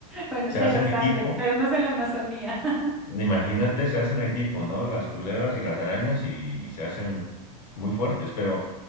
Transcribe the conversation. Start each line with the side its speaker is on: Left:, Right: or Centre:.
Centre: Bueno,
Left: Se
Centre: sí
Left: hacen
Centre: hay bastante,
Left: equipo.
Centre: pero más en la Amazonía. <laughs>
Left: Imagínate, se hacen equipo, ¿no? Las culebras y las arañas y, y se hacen muy fuertes. Pero